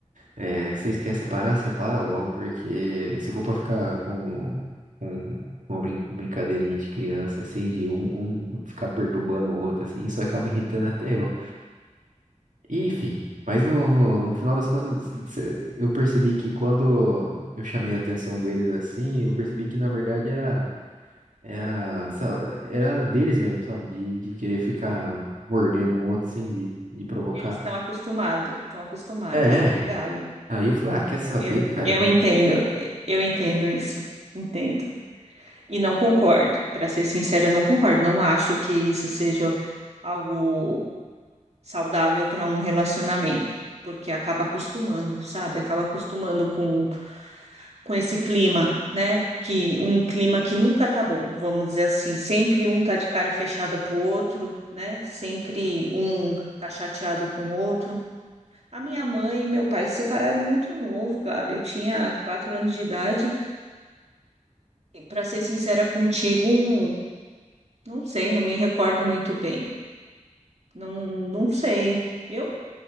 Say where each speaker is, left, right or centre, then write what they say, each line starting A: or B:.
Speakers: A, on the right; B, on the right.
A: é, vocês querem separar? Separa logo, porque se for pra ficar com, com uma brin- brincadeirinha de criança, assim, de um, um ficar perturbando o outro, assim, isso acaba irritando até eu. Enfim, mas no, no, no final das contas, cê- eu percebi que quando eu chamei a atenção deles assim, eu percebi que na verdade era, era, sa- era deles mesmo, sabe? De, de querer ficar mordendo o outro, assim, de, de provocar.
B: Eles estão acostumados, estão acostumados,
A: É,
B: né,
A: é.
B: Gabi?
A: Aí eu falei, ah, quer
B: É,
A: saber,
B: eu,
A: cara?
B: eu
A: Não-
B: entendo, eu entendo isso, entendo. E não concordo, para ser sincera, eu não concordo. Não acho que isso seja algo saudável para um relacionamento, porque acaba acostumando, sabe? Acaba acostumando com, com esse clima, né? Que um clima que nunca tá bom, vamos dizer assim, sempre um tá de cara fechada pro outro, né? Sempre um tá chateado com o outro. A minha mãe e meu pai se separaram muito novo, Gabi. Eu tinha quatro anos de idade. Para ser sincera contigo, não sei, não me recordo muito bem. Não, não sei. Eu